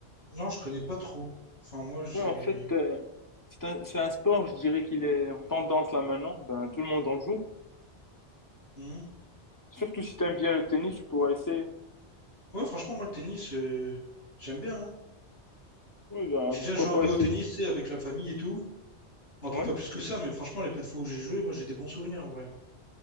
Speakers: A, on the left; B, on the left.
A: Non, je connais pas trop. Enfin, moi, j'ai.
B: Ouais, en fait, euh, c'est un, c'est un sport, je dirais qu'il est en tendance là maintenant. Ben, tout le monde en joue.
A: Hmm.
B: Surtout si t'aimes bien le tennis, tu pourras essayer.
A: Ouais, franchement, moi, le tennis, euh, j'aime bien. hein.
B: Oui, ben,
A: J'ai déjà
B: pourquoi
A: joué un
B: pas
A: peu
B: essayer?
A: au tennis, tu sais, avec la famille et tout. Bon, après,
B: Ouais.
A: pas plus que ça, mais franchement, les peu de fois où j'ai joué, moi, j'ai des bons souvenirs, en vrai.